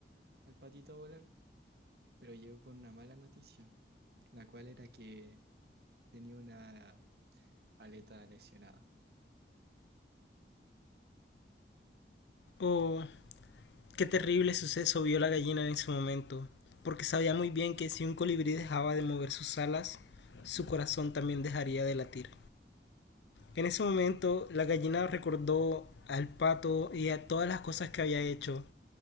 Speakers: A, on the right (about 65°); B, on the left (about 80°).
A: al patito a volar, pero llegó con una mala noticia, la cual era que tenía una aleta lesionada.
B: Oh, qué terrible suceso vio la gallina en ese momento, porque sabía muy bien que si un colibrí dejaba de mover sus alas, su corazón también dejaría de latir. En ese momento, la gallina recordó al pato y a todas las cosas que había hecho